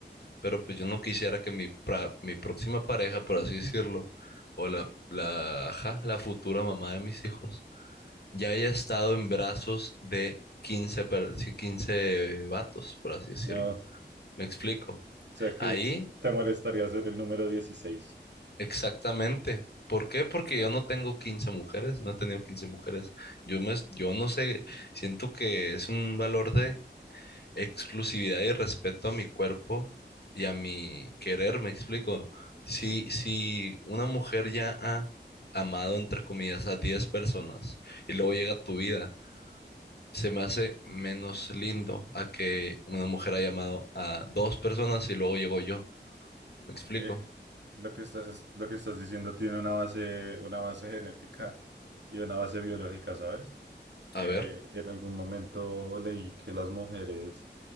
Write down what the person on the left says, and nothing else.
pero pues yo no quisiera que mi, pra- mi próxima pareja, por así decirlo, o la, la, ajá, la futura mamá de mis hijos, ya haya estado en brazos de quince per- sí, 15 vatos, por así decirlo.
¿Me explico?
Ahí,
exactamente. ¿Por qué? Porque yo no tengo 15 mujeres, no he tenido 15 mujeres. Yo me, yo no sé, siento que es un valor de exclusividad y respeto a mi cuerpo y a mi querer, me explico. Si, si una mujer ya ha amado, entre comillas, a 10 personas y luego llega tu vida, se me hace menos lindo a que una mujer haya amado a dos personas y luego llego yo. ¿Me explico?
A ver,